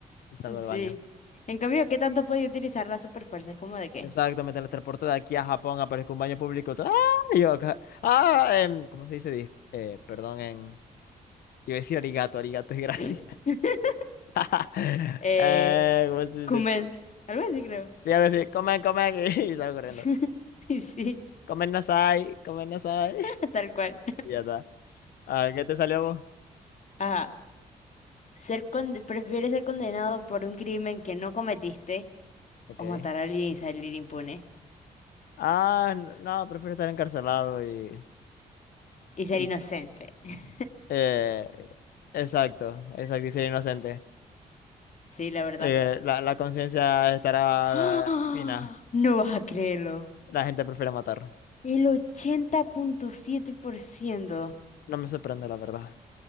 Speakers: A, on the left; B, on the left.
A: Y salgo del
B: sí.
A: baño.
B: En cambio, ¿qué tanto podía utilizar la superfuerza? Es como de qué.
A: Exacto, me teletransporto de aquí a Japón, aparezco en un baño público. todo- ¡Ah! y yo acá. Ah, em, ¿cómo se dice? Di- Eh, perdón, en... Iba a decir arigato, arigato es gracias.
B: <laughs>
A: <laughs>
B: Eh,
A: eh, ¿cómo se
B: comen,
A: dice?
B: algo así creo.
A: Sí, algo así, comen, comen, <laughs> y salgo corriendo.
B: <laughs> Y sí,
A: Comen nasai, comen nasai.
B: <laughs>
A: <laughs>
B: tal cual.
A: Y ya está. A ver, ¿qué te salió vos?
B: Ajá. Ser con- prefieres ser condenado por un crimen que no cometiste
A: Ok.
B: O matar a alguien y salir impune.
A: Ah, n- no, prefiero estar encarcelado y,
B: Y ser
A: y,
B: inocente. <laughs>
A: eh, exacto, exacto, y ser inocente.
B: Sí, la verdad.
A: Eh, la, la conciencia estará
B: ¡Ah!
A: fina.
B: No vas a creerlo.
A: La gente prefiere matar.
B: El ochenta punto siete por ciento
A: No me sorprende, la verdad.